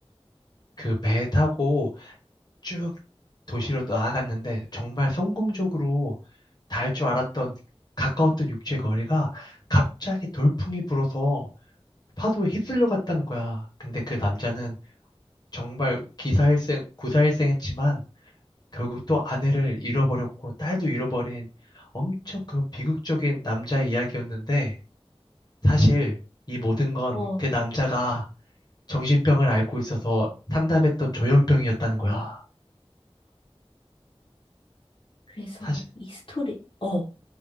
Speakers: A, on the left; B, on the left.
A: 그 배 타고 쭉 도시로 나아갔는데 정말 성공적으로 닿을 줄 알았던 가까웠던 육지의 거리가 갑자기 돌풍이 불어서 파도에 휩쓸려 갔다는 거야. 근데 그 남자는 정말 기사일생, 구사일생했지만 결국 또 아내를 잃어버렸고 딸도 잃어버린 엄청 그 비극적인 남자의 이야기였는데 사실 이 모든 건
B: 어.
A: 그 남자가 정신병을 앓고 있어서 상담했던 조현병이었다는 거야.
B: 그래서
A: 사실,
B: 이 스토리, 어.